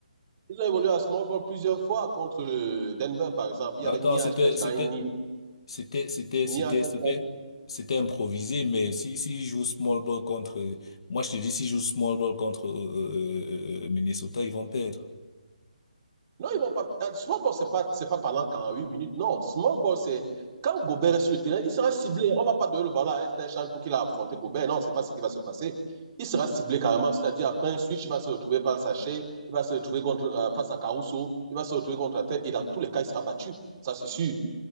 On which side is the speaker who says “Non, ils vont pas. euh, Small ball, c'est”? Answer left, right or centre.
Right